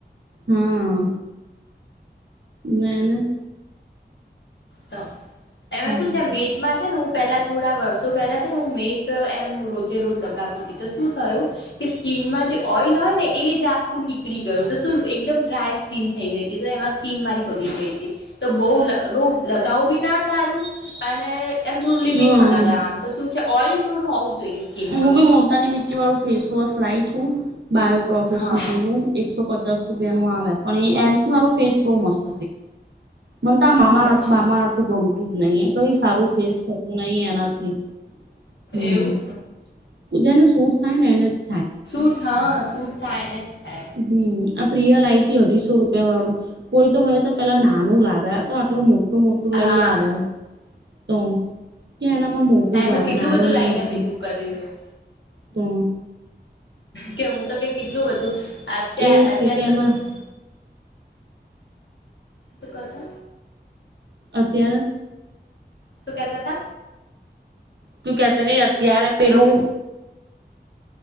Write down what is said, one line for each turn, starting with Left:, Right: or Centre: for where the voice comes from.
Right: હા ના ના
Left: ત એમે
Right: હમ
Left: શું છે મેટમાં છે ને પહેલાં થોડા વર્ષો પહેલાં છે ને હું મેટ એમ રોજે રોજ લગાવી હતી તો શું થયું કે સ્કીિનમાં જે ઓઇલ હોય ને એ જ આખું નીકળી ગયું તો શું એકદમ ડ્રાય સ્કીન થઈ ગઈ હતી તો એમાં સ્કીન મારી બગડી ગઈ હતી તો બહુ બહુ લગાવ બી ના સારું અને એમ થોડું લિમિટમાં
Right: હમ
Left: લગાવવાનું તો શું છે ઓઈલ થોડું હોવું જોઈએ સ્કીિનમાં
Right: હું બી મુલતાની મી્ટી વાળું ફેસવોશ લાવ છું બાયો પ્રોફેશનલ
Left: હા
Right: નું એકસો પચાસ રૂપિયા નો આવે પણ એ એમથી મારો ફેસ બહુ મસ્ત મન તા આ મામાઅર્થ
Left: અચ્છા
Right: બામાઅર્થ ગમતું જ નહી, એ કઈ સારું ફેસ થતું નહી એનાથી. હમ્મ.
Left: એવું
Right: ઈ જેને સૂટ થાય ને એને જ
Left: સૂટ હા સૂટ થાય એને જ થાય
Right: હમ્મ. આ પ્રિયા લાઈતી અઢીસો રૂપિયા વાળું, કોઈ તો હોય તો પેલા નાનું લાવે, આ તો આટલું મોટ ટું મોટું
Left: હા
Right: લઈ આવે તો કે એનામાં મોટું
Left: એનું
Right: જ આવે
Left: કેટલું
Right: નાનું
Left: બધું
Right: નહી
Left: લાઈને
Right: આવતું
Left: ભેગું કર્યું
Right: તો.
Left: કે હું તો કે કેટલું બધું અત્યા
Right: એજ
Left: અત્યારે
Right: કે કે
Left: તો
Right: એમાં
Left: બધું શું કહો છો?
Right: અત્યારે
Left: શું કહેતા તા?
Right: તું કેતી તી અત્યારે પેલું